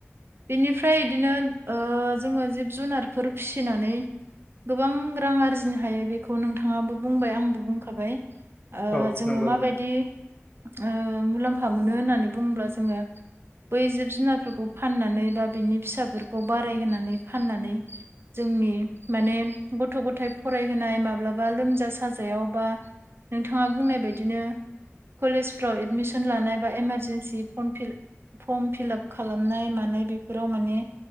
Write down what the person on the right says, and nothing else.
बिनिफ्राय बिदिनो ओ जोङो जिब जुनारफोर फिसिनानै गोबां रां आरजिनो हायो बेखौ नोंथाङाबो बुंबाय आंबो बुंखाबाय ओ
जोङो
माबायदि
ओ मुलाम्फा मोनो होननानै बुङोब्ला जोङो बै जिब जुनारफोरखौ फाननानै बा बेनि फिसाफोरखौ बाराय होनानै फाननानै जोंनि माने गथ' गथाय फरायहोनाय माब्लाबा लोमजा साजायाव बा नोंथाङा बुंनाय बायदिनो कलेजफ्राव एडमिसन लानाय बा इमारजेन्सि <unintelligible> फर्म फिलाप खालामनाय मानाय बेफोराव माने